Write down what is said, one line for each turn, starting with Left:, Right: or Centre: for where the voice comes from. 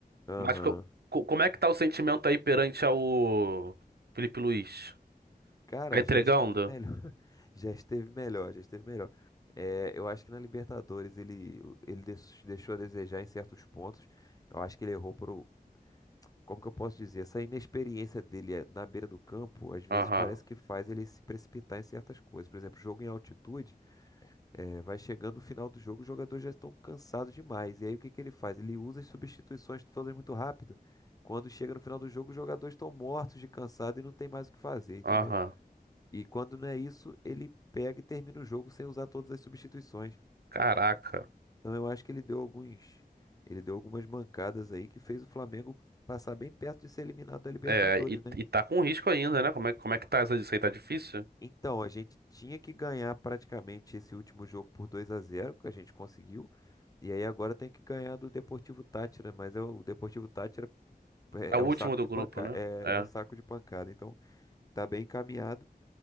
Left: Aham.
Right: Mas co- co- como é que tá o sentimento aí perante ao Felipe Luiz?
Left: Cara,
Right: Tá entregando?
Left: já esteve melhor. <laughs> Já esteve melhor, já esteve melhor. É, eu acho que na Libertadores ele, ele des- deixou a desejar em certos pontos. Eu acho que ele errou por. Como que eu posso dizer? Essa inexperiência dele é, na beira do campo, às vezes
Right: Aham,
Left: parece que faz ele se precipitar em certas coisas. Por exemplo, jogo em altitude. É, Vai chegando o final do jogo, os jogadores já estão cansados demais. E aí o que que ele faz? Ele usa as substituições todas muito rápido. Quando chega no final do jogo, os jogadores estão mortos de cansado e não tem mais o que fazer, entendeu?
Right: aham.
Left: E quando não é isso, ele pega e termina o jogo sem usar todas as substituições.
Right: Caraca.
Left: Então eu acho que ele deu alguns, ele deu algumas mancadas aí que fez o Flamengo passar bem perto de ser eliminado da Libertadores,
Right: É, e,
Left: né?
Right: e tá com risco ainda, né? Como é, como é que tá essa- isso aí? Tá difícil?
Left: Então, a gente tinha que ganhar praticamente esse último jogo por 2 a zero que a gente conseguiu. E aí agora tem que ganhar do Deportivo Táchira, mas é o o Deportivo Táchira é,
Right: É o
Left: é o saco
Right: último do
Left: de
Right: grupo,
Left: pancada,
Right: né?
Left: é,
Right: É.
Left: é o saco de pancada. Então, tá bem encaminhado,